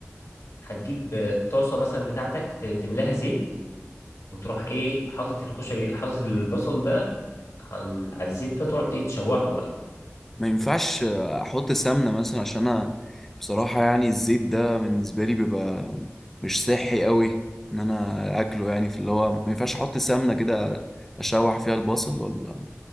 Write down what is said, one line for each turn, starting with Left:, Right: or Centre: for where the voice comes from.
Left: هتجيب الطاسه مثلا بتاعتك ت- تملاها زيت وتروح ايه حاطط الكشري حاطط البصل ده على على الزيت ده تقعد ايه تشوحه بقى
Centre: ما ينفعش احط سمنه مثلا عشان انا بصراحه يعني الزيت ده بالنسبه لي بيبقى مش صحي قوي ان انا اكله يعني في اللي هو ما ينفعش احط سمنه كده اشوح فيها البصل ولا